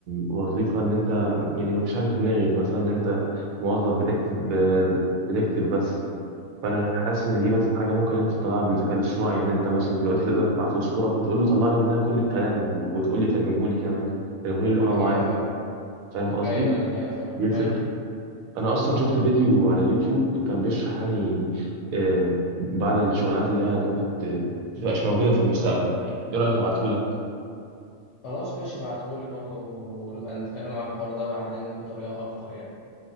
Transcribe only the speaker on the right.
وظيفة ان انت يعني ما فيش حاجة في دماغي مثلا ان انت موظف بتكتب بتكتب بس فانا حاسس ان دي مثلا حاجه ممكن انت تطلعها بالذكاء الاصطناعي يعني انت مثلا دلوقتي تقدر تبعت له صوره وتقول له طلع لي منها كل الكلام وتقول لي ترجمه لي كمان ترجمه لي
لغه
معينه
فاهم قصدي
دي الفكره
انا اصلا شفت فيديو على اليوتيوب كان بيشرح يعني آه، بعض الشغلانات اللي هي ممكن ت- ما تبقاش موجوده في المستقبل ايه رايك ابعته لك